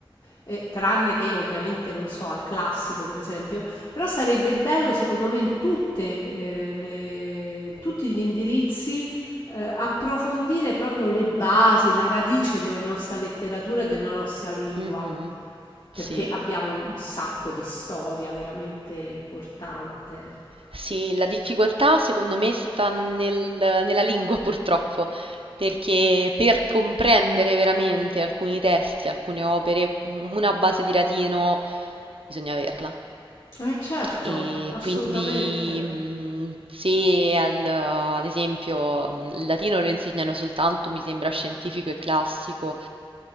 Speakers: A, on the left; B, on the right.
A: eh, tranne che ovviamente, non so, al classico, per esempio, però sarebbe bello, secondo me, in tutte, eh, le- in tutti gli indirizzi eh, approfondire proprio le basi, la radice della nostra letteratura e della nostra lingua
B: Mh-mh.
A: perché
B: Sì.
A: sì, abbiamo un sacco di storia veramente importante.
B: Sì, la difficoltà secondo me sta nel nella lingua <laughs> purtroppo, perché per comprendere veramente alcuni testi, alcune opere, u una base di latino bisogna averla.
A: Eh certo,
B: E
A: assolutamente.
B: quindi mh, se al- ad esempio mh, il latino lo insegnano soltanto, mi sembra, scientifico e classico,